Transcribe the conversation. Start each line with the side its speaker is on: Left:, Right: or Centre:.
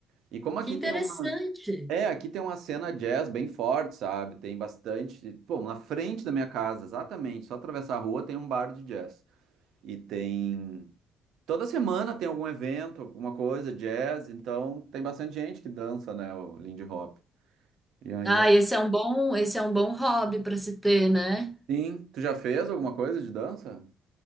Right: E como
Centre: que
Right: aqui
Centre: interessante.
Right: tem uma. É, aqui tem uma cena jazz bem forte, sabe? Tem bastante. Pô, na frente da minha casa, exatamente. Só atravessar a rua tem um bar de jazz. E tem. Toda semana tem algum evento, alguma coisa, jazz. Então tem bastante gente que dança, né? O Lindy Hop. E aí
Centre: Ah,
Right: eu.
Centre: esse é um bom, esse é um bom hobby para se ter, né?
Right: Sim. Tu já fez alguma coisa de dança?